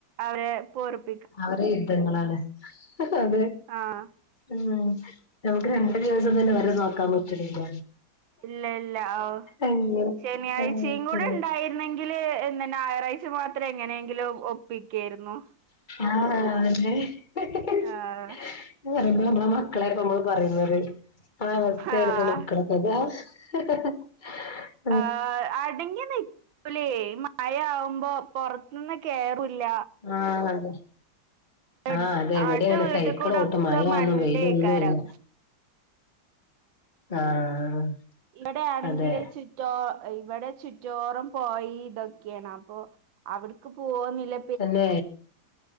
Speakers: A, on the right; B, on the left.
A: അവര് പോർ <unintelligible>
B: അവരെ യുദ്ധങ്ങളാണ്. അതെ
A: ആഹ്.
B: ഉം നമുക്ക് രണ്ടു ദിവസം തന്നെ അവരെ നോക്കാൻ പറ്റണില്ല.
A: ഇല്ല ഇല്ല ഓഹ്
B: അയ്യോ
A: ശനിയാഴ്ചയും
B: ആഹ്
A: കൂടെ ഉണ്ടായിരുന്നെങ്കിൽ. എങ്കില് ഇന്ന് ഞായറാഴ്ച മാത്രം എങ്ങനെയെങ്കിലും ഒപ്പിക്കായിരുന്നു.
B: ആഹ് അല്ലെ ഹ ഹ
A: ആഹ്
B: പറയുമ്പോ നമ്മളുടെ മക്കളെ ഇപ്പ നമ്മള് പറയുന്ന ഒരു അവസ്ഥയാണ്
A: ആഹ്
B: ഇപ്പോ മകളെ <unintelligible> ഹ ഹ
A: ആഹ അടങ്ങി നി പോലെ മഴ ആവുമ്പോ പോറത്തുന്ന് കേറൂല
B: ആ അതെ.
A: എടുത്ത്
B: ആഹ് അതെ എവിടെയാണ്
A: അടുത്ത വീട്ടിൽ
B: സൈക്കിൾ
A: കൂടെ
B: ഓട്ടും
A: ഒക്കെ
B: മഴ
A: മണ്ടേക്കാരം
B: ആന്നും വെയിലൊന്നുമില്ല. ആഹ്
A: ഇവിടെ ആണെക്കിലെ
B: അതെ
A: ചുറ്റു ട്ടോ ഇവിടെ ചുറ്റോറം പൊഴേ ഇതൊക്കെയാണ്. അപ്പൊ അവിടക്ക് പോകുന്നില്ല
B: തന്നെ